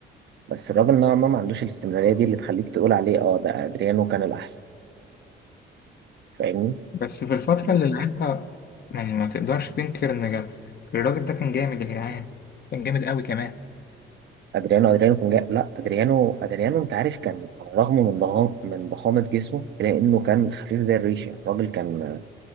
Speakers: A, on the right; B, on the left.
A: بس الراجل نوعا ما ما عندوش الاستمراريه دي اللي تخليك تقول عليه اه ده ادريانو كان الاحسن فاهمني
B: بس في الفترة اللي لعبها يعني ما تقدرش تنكر إن جا- الراجل ده كان جامد يا جدعان كان جامد قوي كمان
A: ادريانو ادريانو كان جاي لا ادريانو ادريانو انت عارف كان على الرغم من ضخام من ضخامه جسمه الا انه كان خفيف زي الريشه الراجل كان آه،